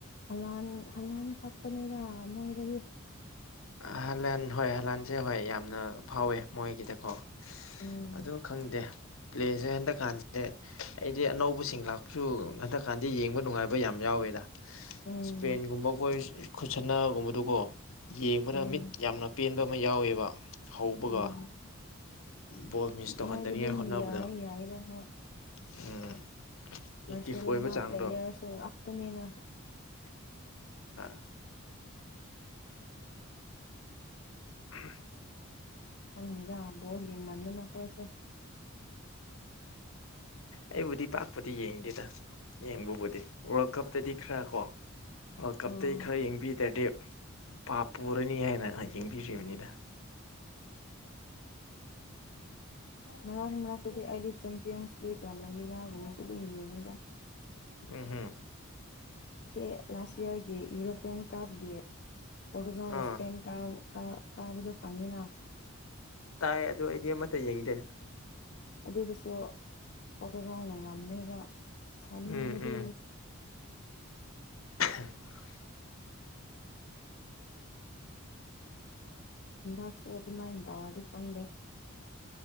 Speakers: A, on the left; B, on the left.
A: ꯍꯜꯂꯥꯟ ꯍꯜꯂꯥꯟ ꯈꯛꯇꯅꯦꯔ ꯃꯣꯏꯗꯤ
B: ꯑ ꯍꯜꯂꯥꯟ ꯍꯣꯏ ꯍꯂꯥꯟꯁꯦ ꯍꯣꯏ ꯌꯥꯝꯅ ꯐꯥꯎꯋꯦ ꯃꯣꯏꯒꯤꯗꯀꯣ
A: ꯎꯝ
B: ꯑꯗꯨ ꯈꯪꯗꯦ ꯄ꯭ꯂꯦꯁꯦ ꯍꯇ ꯀꯥꯟꯁꯦ ꯑ ꯑꯅꯧꯕꯁꯤꯡ ꯂꯥꯛꯄꯁꯨ ꯍꯟꯗꯛ ꯀꯥꯟꯗꯤ ꯌꯦꯡꯕ ꯅꯨꯡꯉꯥꯏꯕ ꯌꯥꯝ ꯌꯥꯎꯋꯦꯗ
A: ꯎꯝ
B: ꯏꯁꯄꯦꯟꯒꯨꯝꯕ ꯑꯩꯈꯣꯏ ꯈꯨꯠꯁꯟꯅꯒꯨꯝꯕꯗꯨꯀꯣ ꯌꯦꯡꯕꯗ
A: ꯎꯝ
B: ꯃꯤꯠ ꯌꯥꯝꯅ ꯄꯦꯟꯕ ꯑꯃ ꯌꯥꯎꯋꯦꯕ ꯍꯧꯕꯒ
A: ꯎꯝ
B: ꯕꯣꯜ ꯃꯤꯁ ꯇꯧꯍꯟꯗꯅꯤꯡꯉꯥꯏ
A: ꯃꯣꯏꯗꯤ ꯑꯗꯨꯝ
B: ꯍꯣꯠꯅꯕꯗꯣ
A: ꯌꯥꯏ ꯌꯥꯏꯗ ꯍꯣꯏ
B: ꯎꯝ
A: ꯃꯔꯔꯁꯤꯂꯣꯅꯥ
B: ꯑꯦꯛꯇꯤꯚ ꯑꯣꯏꯕ ꯆꯥꯡꯗꯣ
A: ꯄ꯭ꯂꯦꯌꯔꯁꯨ ꯑꯇꯅꯦꯅ
B: <inaudible> ꯝ
A: ꯍꯪꯅꯤꯦꯗ ꯕꯣꯔ ꯌꯦꯡꯃꯟꯕꯅꯈꯣꯏꯁꯦ
B: ꯑꯩꯕꯨꯗꯤ ꯄꯥꯛꯄꯗꯤ ꯌꯦꯡꯗꯦꯗ ꯌꯦꯡꯕꯕꯨꯗꯤ ꯋꯥꯔꯜ ꯀꯞꯇꯗꯤ ꯈꯔ ꯀꯣ ꯑ ꯀꯞꯇ
A: ꯎꯝ
B: ꯈꯔ ꯌꯦꯡꯕꯤꯗ꯭ꯔꯗꯤ ꯄꯥꯞ ꯄꯨꯔꯅꯤ ꯍꯥꯏꯅ ꯌꯦꯡ ꯄꯕꯤꯔꯤꯕꯅꯤꯗ
A: ꯃꯔꯛ ꯃꯔꯛꯀꯨꯗꯤ ꯑꯩꯗꯤ ꯆꯦꯝꯄꯤꯌꯟꯁ ꯂꯩ ꯀꯅꯜꯂꯤꯒꯒꯨꯝꯕꯁꯨ ꯑꯗꯨꯝ ꯌꯦꯡꯉꯤꯗ
B: ꯎꯝ ꯍꯝ
A: ꯆꯦ ꯂꯥꯁ ꯏꯌꯥꯔꯒꯤ ꯌꯨꯔꯣꯄꯌꯥꯟ ꯀꯥꯞꯒꯤ ꯄꯣꯇꯨꯒꯜ
B: ꯑꯥ
A: ꯁꯄꯦꯟ ꯀꯥ ꯀꯥ ꯀꯥꯕꯨꯗꯨ ꯁꯥꯡꯉꯅꯥ
B: ꯇꯥꯏ ꯑꯗꯨ ꯑꯩꯗꯤ ꯑꯃꯠꯇ ꯌꯦꯡꯗꯦ
A: ꯑꯗꯨꯗꯁꯨ ꯑꯣꯇꯣꯒꯥꯎꯅ ꯉꯝꯃꯦꯕ ꯁꯥꯎꯅꯤꯡꯕꯗꯤ
B: ꯎꯝ ꯎꯝ <inaudible>
A: ꯅꯥꯛꯁꯨ ꯑꯣ ꯑꯗꯨꯃꯥꯏ ꯇꯋꯥꯗꯤ ꯈꯪꯗꯦ